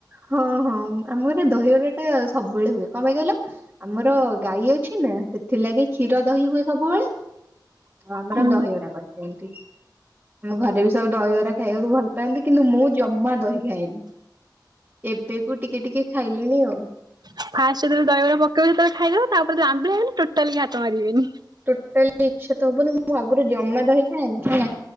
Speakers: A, on the right; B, on the right.
A: ହଁ ହଁ ଆମ ଘରେ ଦହିବରାଟା ସବୁବେଳେ ହୁଏ କଣ ପାଇଁ କହିଲ? ଆମର ଗାଈ ଅଛି ନା ସେଥିଲାଗି କ୍ଷୀରଦହି ହୁଏ ସବୁବେଳେ। ତ ଆମର
B: ହୁଁ
A: ଦହିବରା କରିଦିଅନ୍ତି। ଆମ ଘରେ ବି ସବୁ ଦହିିବରା ଖାଇବାକୁ ଭଲ ପାନ୍ତି। କିନ୍ତୁ ମୁଁ ଜମା ଦହି ଖଏନି ଏବେକୁ ଟିକେ ଟିକେ ଖାଇଲିଣି ଆଉ।
B: ଫାଷ୍ଟ ଯେତେବେଳେ ଦହିବରା ପକେଇବ ସେତେବେଳେ ଖାଇଦବ ତାପରେ ଯେତେବେଳେ ଆମ୍ବିଳା ହେଇଗଲେ ଟୋଟାଲି ହାତ ମାରିବେନି।
A: ଟୋଟାଲି ଇଛା ତ ହବନି। ମୁଁ ଆଗରୁ ଜମା ଦହି ଖାଏନି ହେଲା।